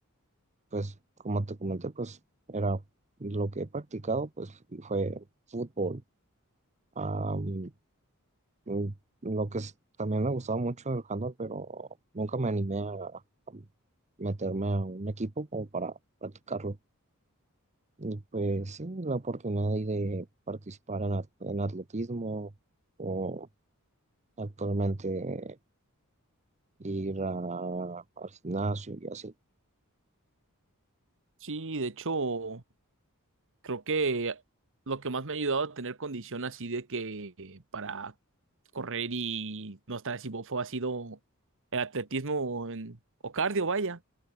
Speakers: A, on the right; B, on the right.
A: pues como te comenté, pues era lo que he practicado, pues fue fútbol. Am, mm, lo que es- también me gustaba mucho el handball, pero nunca me animé a a meterme a un equipo como para practicarlo. Y, Pues sí, la oportunidad ahí de participar en, at- en atletismo o actualmente ir a- al gimnasio y así.
B: Sí, de hecho, Creo que lo que más me ha ayudado a tener condición así de que para correr y no estar así bofo ha sido el atletismo o, en- o cardio, vaya,